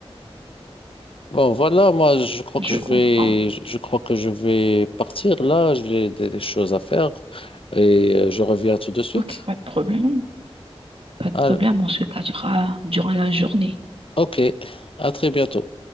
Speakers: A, on the left; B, on the right.
A: Bon, voilà, moi, je crois
B: je
A: que je
B: comprends.
A: vais, je crois que je vais partir là. J'ai des, des choses à faire et euh, je reviens tout de suite.
B: Ok, pas de problème. Pas de
A: Ah,
B: problème, on se cachera durant la journée.
A: ok, à très bientôt.